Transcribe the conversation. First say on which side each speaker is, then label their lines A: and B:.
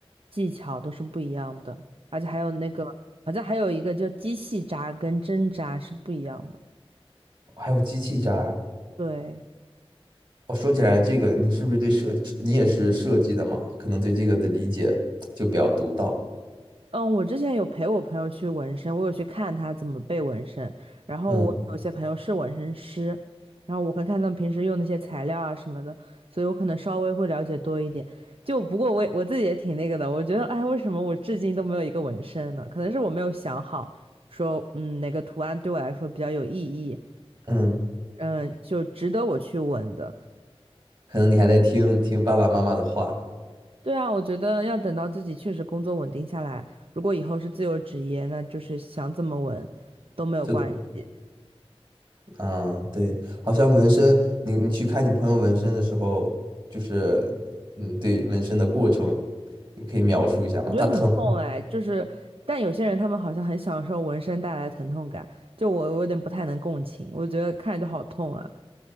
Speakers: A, on the right; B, on the right.
A: 技巧都是不一样的，而且还有那个，好像还有一个叫机器扎跟针扎是不一样的。
B: 还有机器扎呀。
A: 对，
B: 我说起来这个，你是不是对设计，你也是设计的嘛？可能对这个的理解就比较独到。
A: 嗯，我之前有陪我朋友去纹身，我有去看他怎么被纹身，然后我有些朋友是纹身师，
B: 嗯
A: 然后我看看他们平时用那些材料啊什么的，所以我可能稍微会了解多一点。就不过我也我自己也挺那个的，我觉得哎，为什么我至今都没有一个纹身呢？可能是我没有想好说，嗯，哪个图案对我来说比较有意义，
B: 嗯，
A: 嗯，就值得我去纹的。
B: 可能你还在听听爸爸妈妈的话，
A: 对啊，我觉得要等到自己确实工作稳定下来，如果以后是自由职业，那就是想怎么稳都没有关系。
B: 就等着嗯，对，好像纹身，你你去看你朋友纹身的时候，就是嗯，对纹身的过程，你可以描述一下吗？
A: 我觉得很痛哎，
B: 它疼吗
A: 就是，但有些人他们好像很享受纹身带来的疼痛感，就我我有点不太能共情，我觉得看着就好痛啊。